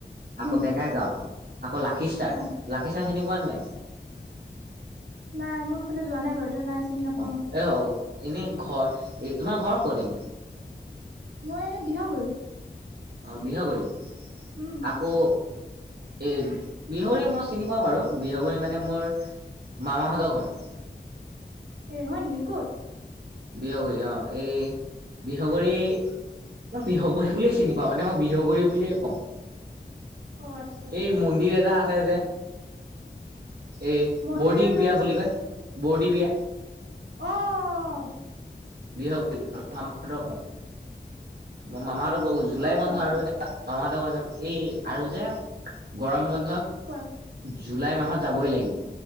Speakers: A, on the right (about 60°); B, on the right (about 80°).
A: আকৌ
B: উম
A: ডেকাই গাঁও আকৌ লাকিষ্টাৰ
B: অ
A: পিা চিনি পোৱা ন নাই
B: নাই মই এইফালে যোৱা নাই বাৰুত নাই চিনি নাপাও
A: অ এ হ এনে ঘৰ এ তোমাৰ ঘৰৰ ক'ত এনে
B: মই এনে বিহগুৰি
A: অ বিহ কৰি
B: উম
A: আকৌ এ বিহুৰি মই চিনি পাওঁ বাৰু বিহুগুৰি মানে মোৰ মামাাহঁত ঘৰ
B: এ হয় নেকি ক'ত
A: বিহগুৰি আহ এই বিহগুৰি মই বিহগহী বুলে চিনি পাওঁ মানে মই বিহগু়ী বুলিয়ে কওঁ
B: অ আচ্ছা আচ্ছা
A: এই মন্দিৰ এটা আছে যে এই
B: মন্দিৰ
A: বৰ্দি
B: এটা
A: বিয়া বুলি কয় বৰ্দী বিয়া
B: আহ
A: বি মামাহতৰ ঘৰ মামাহঁতৰ জুলাই
B: অ তোমাৰ
A: বন্ধ আৰু এ মামা লগগৰ যাম এই আৰু যে গৰম বন্ধত
B: কোৱা
A: জুলাই মাহত যাবই লাগিব